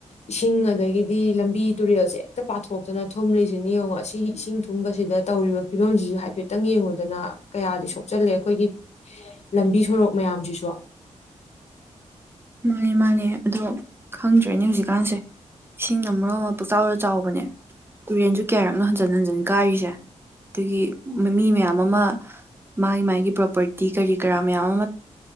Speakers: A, on the left; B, on the right.
A: ꯏꯁꯤꯡ ꯑꯗꯒꯤꯗꯤ ꯂꯝꯕꯤ ꯇꯨꯔꯦꯜꯁꯦ ꯍꯦꯛꯇ ꯄꯥꯊꯣꯛꯇꯅ ꯊꯨꯝꯂꯤꯁꯤꯅꯤ ꯌꯦꯡꯉꯣ ꯑꯁꯤꯒꯤ ꯏꯁꯤꯡ ꯊꯨꯝꯕꯁꯤꯗ ꯇꯧꯔꯤꯕ ꯐꯤꯕꯝꯁꯤꯁꯨ ꯍꯥꯏꯐꯦꯠꯇꯪ ꯌꯦꯡꯉꯨꯗꯅ ꯀꯌꯥꯗꯤ ꯁꯣꯛꯆꯜꯂꯦ ꯑꯩꯈꯣꯏꯒꯤ ꯂꯝꯕꯤ ꯁꯣꯔꯣꯛ ꯃꯌꯥꯝꯁꯤꯁꯨ
B: ꯃꯥꯅꯦ ꯃꯥꯅꯦ ꯑꯗꯣ ꯈꯪꯗ꯭ꯔꯦꯅꯦ ꯍꯧꯖꯤꯛꯀꯥꯟꯁꯦ ꯏꯁꯤꯡꯅ ꯃꯔꯣꯜ ꯑꯃ ꯄꯪꯆꯥꯎꯗ ꯆꯥꯎꯕꯅꯦ ꯇꯨꯔꯦꯟꯁꯨ ꯀꯌꯥꯔꯛꯅꯣ ꯍꯟꯖꯟ ꯍꯟꯖꯟ ꯀꯥꯏꯔꯤꯁꯦ ꯑꯗꯒꯤ ꯃꯤ ꯃꯌꯥꯝ ꯑꯃ ꯃꯥꯒꯤ ꯃꯥꯒꯤ ꯄ꯭ꯔꯣꯄꯔꯇꯤ ꯀꯔꯤ ꯀꯔꯥ ꯃꯌꯥꯝ ꯑꯃ